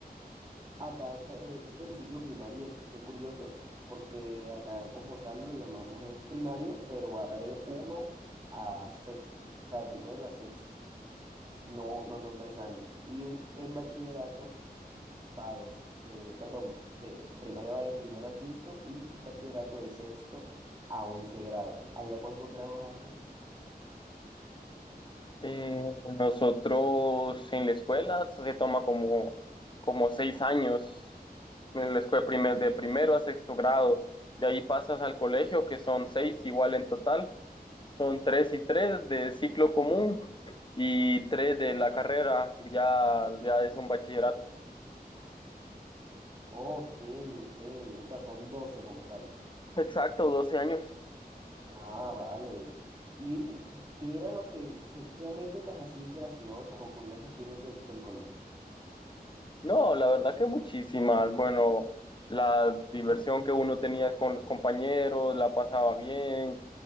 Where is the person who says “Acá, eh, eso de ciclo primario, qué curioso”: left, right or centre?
Right